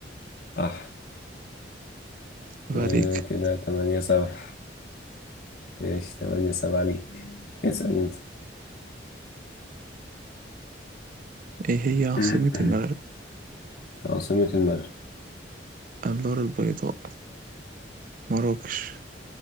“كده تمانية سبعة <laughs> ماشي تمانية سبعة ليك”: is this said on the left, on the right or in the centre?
Left